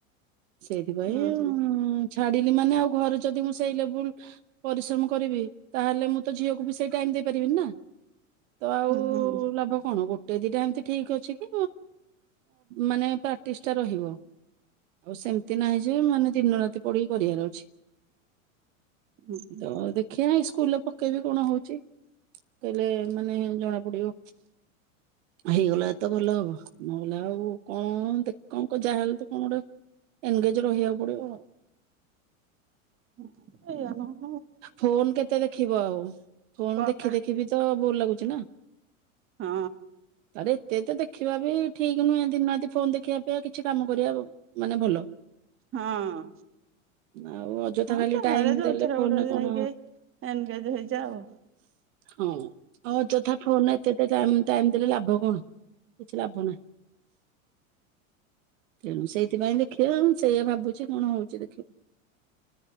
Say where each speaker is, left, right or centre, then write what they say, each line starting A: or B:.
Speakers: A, on the right (about 65°); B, on the right (about 30°).
A: ସେଇଥିପାଇଁ
B: ହୁଁ ହୁଁ
A: ଛାଡ ଇଏ ମାନେ ଆଉ ଘରେ ଯଦି ମୁଁ ସେଇ ଲେବୁଲ ପରିଶ୍ରମ କରିବି। ତାହେଲେ ମୁଁତ ଝିଅକୁବି ସେଇ ଟାଇମ ଦେଇପାରିବିନିନା ତ ଆଉ
B: ହୁଁ ହୁଁ
A: ଲାଭକଣ ଗୋଟେ ଗୋଟେ ଦିଟା ଏମତି ଠିକ ଅଛିକି ମାନେ ପ୍ରାକ୍ଟିସଟା ରହିବ ଆଉ ସେମିତି ନାହିଁଯେ ମାନେ ଦିନ ରାତି ପଡ଼ିକି କରିବାର ଅଛି‌।
B: ହୁଁ ହୁଁ।
A: ତ ଦେଖିଆ ଇସ ସ୍କୁଲରେ ପକେଇବି କଣ ହଉଛି। କହିଲେ ମାନେ ଜଣା ପଡିବ ହେଇଗଲା ଏତେ ଭଲ ହବ ନହଲେ ଆଉ କଣ ଦେଖ କଣ ଯାହାହଲେ ତ କଣ ଗୋଟେ ଏନେଗେଜ ରହିବାକୁ ପଡିବ।
B: ହଁ ସେଇୟାନୁହ
A: ଫୋନ କେତେ ଦେଖିବ ଆଉ ଫୋନ
B: କକା
A: ଦେଖି ଦେଖିବି ତ ବୋର ଲାଗୁଛି ନା।
B: ହଁ।
A: ତାରେ ଏତେ ତ ଦେଖିବା ବି ଠିକ ନୁହେଁ ଦିନ ରାତି ଫୋନ ଦେଖିବା ଅପେକ୍ଷା କିଛି କାମ କରିବା ମାନେ ଭଲ।
B: ହଁ
A: ଆଉ ଅଯଥା
B: ହଁ
A: ଖାଲି
B: ଯାହାହେଲେ
A: ଟାଇମ ଦେଲେ ଫୋନରେ
B: <unintelligible>
A: କଣ
B: ଏନଗେଜ ହେଇଯା ଆଉ।
A: ହଁ। ଅଯଥା ଫୋନ ରେ ଏତେ ଏତେ ଟାଇମ ଟାଇମ ଦେଲେ ଲାଭ କଣ କିଛି ଲାଭ ନାହିଁ ତେଣୁ ସେଇଥିପାଇଁ ଦେଖିବା ମୁଁ ସେଇଆ ଭାବୁଛି କଣ ହଉଛି ଦେଖିବା।